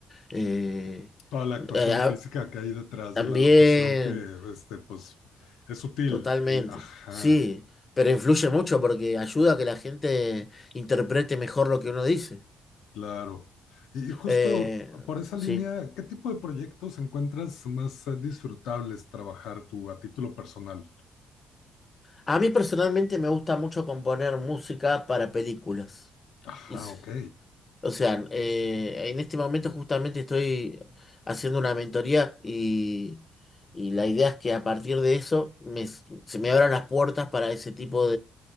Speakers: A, on the left; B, on the left.
A: Eh,
B: toda la actuación
A: eh, ah,
B: física que hay detrás
A: también,
B: de la locución que, este, pues, es sutil.
A: totalmente.
B: Y, ajá,
A: Sí, pero influye mucho porque ayuda a que la gente interprete mejor lo que uno dice.
B: claro. Y, y justo
A: Eh,
B: por esa
A: sí.
B: línea, ¿qué tipo de proyectos encuentras más eh, disfrutables trabajar tú a título personal?
A: A mí personalmente me gusta mucho componer música para películas.
B: Ajá,
A: Y sí.
B: ok.
A: o sea, eh, en este momento justamente estoy haciendo una mentoría y, y la idea es que a partir de eso me- se me abran las puertas para ese tipo